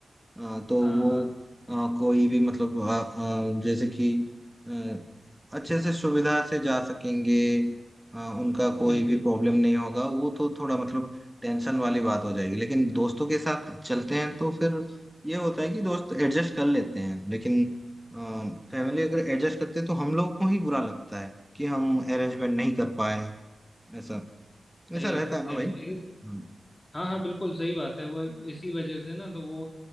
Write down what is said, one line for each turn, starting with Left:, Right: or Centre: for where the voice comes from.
Centre: हाँ, तो
Left: हाँ
Centre: वो
Left: हाँ
Centre: अ, कोई भी मतलब अ, अ, जैसे कि अ, अच्छे से सुविधा से जा सकेंगे अ, उनका कोई
Left: बिल्कुल
Centre: भी प्रॉब्लम नहीं होगा वो तो थोड़ा मतलब टेंशन वाली बात हो जाएगी लेकिन दोस्तों के साथ चलते हैं तो फिर ये होता है कि दोस्त एडजस्ट कर लेते हैं लेकिन फैमिली अगर एडजस्ट करते हैं तो हम लोग को ही बुरा लगता है कि हम अरेंजमेंट नहीं कर पाए ऐसा
Left: सही
Centre: ऐसा रहता
Left: बात
Centre: है ना
Left: है
Centre: भाई
Left: एक-
Centre: हम्म।
Left: हाँ हाँ बिल्कुल सही बात है वो इसी वजह से ना तो वो